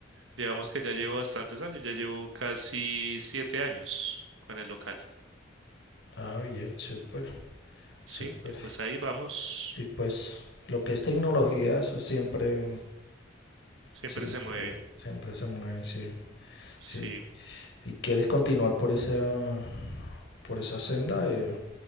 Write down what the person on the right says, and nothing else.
Digamos que ya llevo bastantes años, ya llevo casi siete años con el local,
¿sí?
Y pues ahí vamos,
siempre
se mueve,
sí.